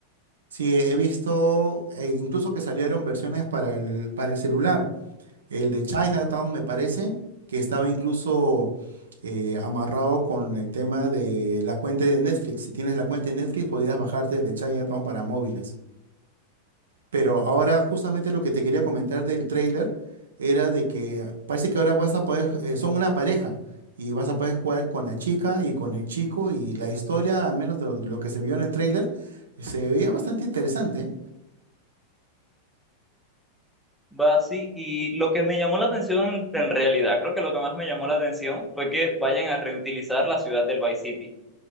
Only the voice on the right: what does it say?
Sí, he visto eh, incluso que salieron versiones para el, para el celular. El de Chinatown, me parece, que estaba incluso eh, amarrado con el tema de la cuenta de Netflix. Si tienes la cuenta de Netflix, podías bajarte el de Chinatown para móviles. Pero ahora justamente lo que te quería comentar del tráiler era de que parece que ahora vas a poder, eh, son una pareja y vas a poder jugar con la chica y con el chico y la historia, al menos de lo, lo que se vio en el tráiler, se veía bastante interesante.